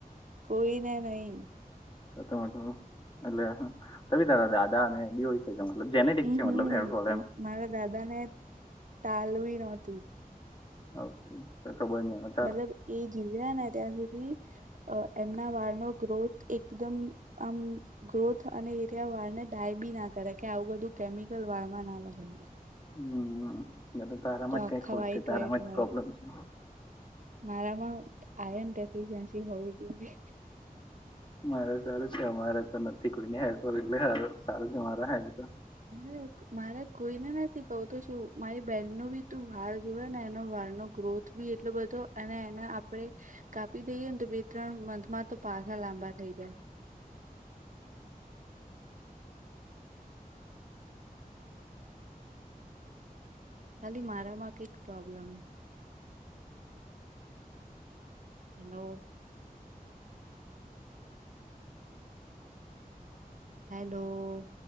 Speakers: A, on the right; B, on the left.
A: કોઈને નહી.
B: <unintelligible> જેનેટિક
A: હમ
B: છે મલબ
A: હમ
B: હેરફો એમ.
A: મારા દાદા ને ટાલ વી ન‌ઓતી.
B: ઓ કે ખબર ની અવે.
A: મતલબ એ જીવયા ને ત્યાં સુધી. અ એમના વાળનો ગ્રોથ એકદમ આમ ગ્રોથ અને એરિયા વાળને ડાય બી ના કરે કે આવું બધું કેમિકલ વાળમાં ના લગે.
B: હમ, તારામાં
A: આખા
B: જ ક્યાં કર
A: વ્હાઈટ
B: છે તારામાં
A: વ્હાઈટ
B: જ
A: વાળ
B: પ્રોબ્લેમ છે.
A: મારામાં આન ડેફિયસી હોવી જોઈએ.
B: મારે સારું છે અમારે તો નથી કોઈ ની હેર ફોલ એટલે સારું છે મારા હેર તો.
A: હ મારે કોઈને નથી કહ તો શું મારી બેન ન બી તું વાળ જોવે ને એનો વાળ નો ગ્રોથ થ્વી એટલો બધો અને એના આપણે કાપી દઈએ ને તો બે ત્રણ મથ માં તો પાછા લાંબા થઈ જાય. ખાલી મારામાં કંઈક પ્રોબ્લેમ. હેલો. હેલો-